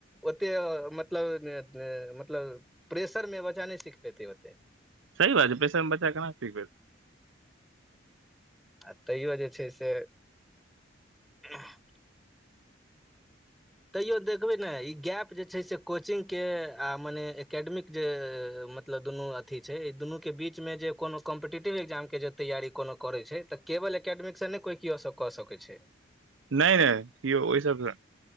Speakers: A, in the centre; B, on the right.
A: ओते मत <unintelligible> मतलब प्रेशर मे बच्चा नहि सीख पेतै ओते
B: सही बात छै प्रेशर म बच्चा केना सिखबै
A: आ <inaudible> तैयो जे छै से <inaudible> <unintelligible> तैयो देखबे नै इ गैप जे छै से कोचिंग केँ आ मने एकेडमिक जे म तलब दुनू अथी छै दुनू केँ बीचमे जे कोनो कम्पीटेटिव एग्जाम केँ जे तैयारी कोनो करै छै तऽ केवल एकेडमिकसँ नहि कोइ केओ सभ कऽ सकै छै
B: नै नै यौ ओइ सबसँ